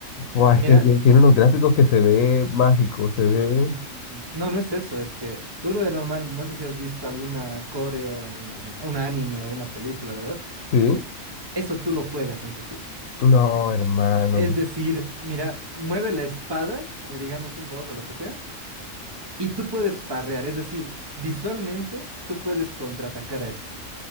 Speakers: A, on the left; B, on the right.
A: Buah,
B: Mira,
A: es que ti- tiene unos gráficos que se ve mágico, se ve,
B: Mm, No, no es eso, es que tú lo de normal, no sé si has visto alguna coreo en un anime o una película, ¿verdad?
A: ¿sí?
B: Eso tú lo juegas en Sekiro.
A: No, hermano.
B: Es decir, mira, mueve la espada, eh, digamos un boss o lo que sea, y tú puedes parrear, es decir, visualmente tú puedes contraatacar a eso.